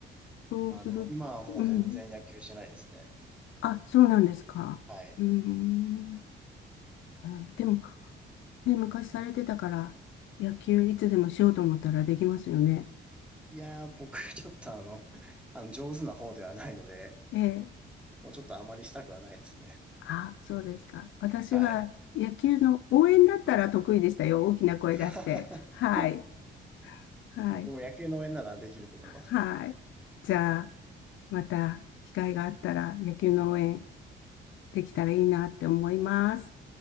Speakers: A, on the left (about 75°); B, in the centre.
A: そうする。
B: まあでも今はもう全然野球してないですね。
A: うん。あ、そうなんですか。
B: はい。
A: うーん。ええでもね、昔されてたから、野球いつでもしようと思ったらできますよね。
B: いやー、僕ちょっとあの、<laughs> あの上手な方ではないので、
A: ええ。
B: もうちょっとあまりしたくはないですね。
A: あ、そうですか。私は野球の応援だったら得意でしたよ。
B: はい。
A: 大きな声出して。
B: <laughs>
A: はい。はい。
B: 僕も野球の応援ならできると思います。
A: はい。じゃあ、また機会があったら野球の応援できたらいいなって思います。